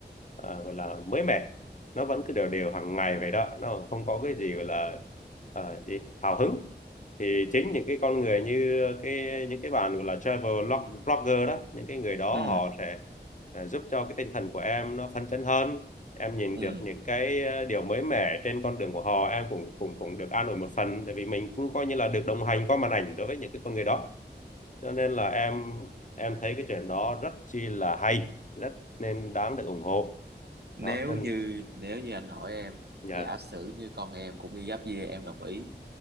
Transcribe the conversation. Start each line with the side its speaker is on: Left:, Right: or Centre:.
Left: ờ, gọi là mới mẻ nó vẫn cứ đều đều hàng ngày vậy đó nó không có cái gì gọi là ờ, gì? hào hứng thì chính những cái con người như cái những cái bạn gọi là travel log- blogger đó những cái người đó
Right: ừ
Left: họ sẽ ờ, giúp cho cái tinh thần của em nó phấn chấn hơn em nhìn
Right: ừ
Left: được những cái ờ, điều mới mẻ trên con đường của họ em cũng cũng cũng được an ủi một phần tại vì mình cũng coi như là được đồng hành qua màn ảnh đối với những cái con người đó cho nên là em em thấy cái chuyện đó rất chi là hay rất nên đáng được ủng hộ
Right: nếu
Left: đó chân
Right: như nếu như anh hỏi em
Left: dạ
Right: giả sử như con em cũng đi giáp kia em đồng ý